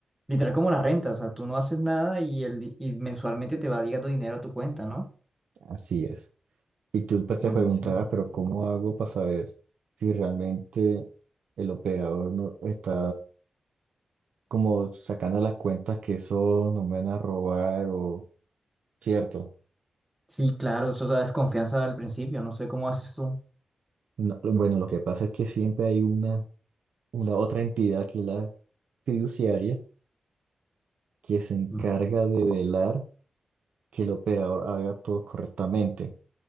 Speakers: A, in the centre; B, on the right.
A: literal como la renta, o sea, tú no haces nada y, el, di- y mensualmente te va llegando dinero a tu cuenta, ¿no?
B: Así es. Y tú pe- te
A: Buenísimo.
B: preguntarás, pero ¿cómo hago para saber si realmente el operador no está como sacando las cuentas que eso nos van a robar o cierto?
A: Sí, claro, eso da desconfianza al principio, no sé cómo haces tú.
B: No, lo- bueno, lo que pasa es que siempre hay una, una otra entidad que es la fiduciaria que se encarga
A: Mm.
B: de velar que el operador haga todo correctamente.